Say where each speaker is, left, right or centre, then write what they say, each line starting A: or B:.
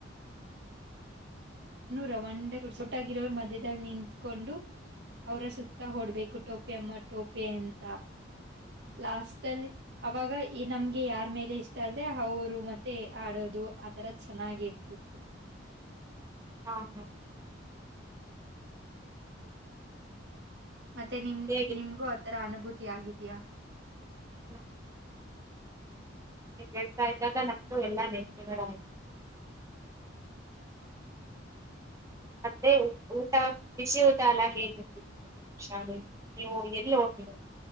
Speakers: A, on the right; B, on the right.
A: ರವಂಡ ಸೋಟಾಗಿರೋರು ಮಧ್ಯದಲ್ಲಿ ನಿಂತ್ಕೊಂಡು ಅವ್ರ ಸುತ್ತ ಹೊಡ್ಬೇಕು ಟೋಪಿ ಅಮ್ಮ ಟೋಪಿ ಅಂತ ಲಾಸ್ಟ್ ಅಲ್ಲಿ ಅವಾಗ ಈ ನಮ್ಗೆ ಯಾರ ಮೇಲೆ ಇಷ್ಟ ಆದ್ರೆ ಅವರು ಮತ್ತೆ ಆಡೋದು ಆತರ ಚೆನ್ನಾಗಿರ್ತಿತ್ತು
B: ಹಾಂ ಹಾಂ
A: ಮತ್ತೆ ನಿಮ್
B: ಹೇಗಿತ್ತು
A: ನಿನ್ಗೂ ಆತರ ಅನುಭೂತಿ ಆಗಿದ್ಯಾ.
B: <unintelligible> ಹೇಳ್ತಾ ಇದ್ದಾಗ ನನ್ಗು ಎಲ್ಲಾ <unintelligible>
A: ಹ್ಮ
B: ಮತ್ತೆ ಊಟ ಬಿಸಿ ಊಟ ಎಲ್ಲಾ ಹೇಗಿರ್ತತ್ ಶಾಲೇಲಿ ನೀವು ಎಲ್ಲಿ ಹೋಗ್ಬೇಕ್